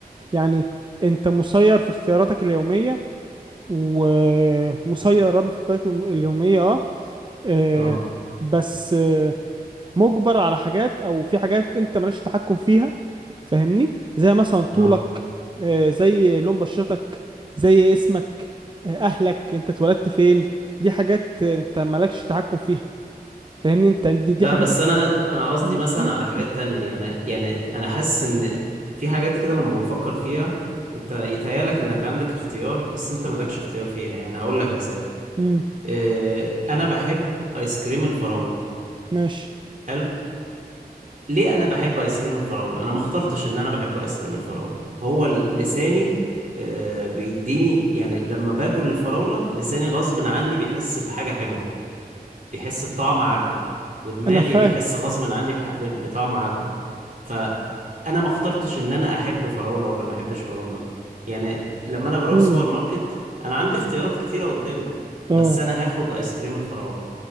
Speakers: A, on the right; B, on the right.
A: يعني انت مسير في اختياراتك اليوميه ومسير يا ربي في اختياراتك اليوميه اه آه،
B: اه
A: بس آه، مجبر على حاجات او في حاجات انت مالكش تحكم فيها فاهمني زي مثلا طولك
B: اه
A: آه، زي لون بشرتك زي اسمك آه، اهلك انت اتولدت فين دي حاجات آه، انت مالكش تحكم فيها فاهمني انت دي دي
B: لا
A: حاجات
B: بس
A: انت...
B: انا انا
A: <coughs>
B: قصدي
A: مم،
B: مثلا
A: مم،
B: على حاجات تانية يعني يعني انا حاسس ان في حاجات كده لما بفكر فيها انت يتهيالك انك عندك اختيار بس انت مالكش اختيار فيها يعني هقول لك مثال
A: مم،
B: آه، انا بحب ايس كريم الفراولة
A: ماشي
B: حلو ليه انا بحب ايس كريم الفراولة انا ما اخترتش ان انا بحب ايس كريم الفراولة هو ال- لساني آه، بيديني يعني لما باكل الفراولة لساني غصب عني بيحس بحاجة حلوة بيحس بطعم عاجبه ودماغي
A: انا فاهم
B: بيحس غصب عني بح- ب- بطعم عاجبه فانا ما اخترتش ان انا احب فراولة ولا ما احبش فراولة يعني لما انا بروح
A: مم،
B: سوبر ماركت انا عندي اختيارات كتيرة قدامي بس
A: اه
B: انا هاخد ايس كريم الفراولة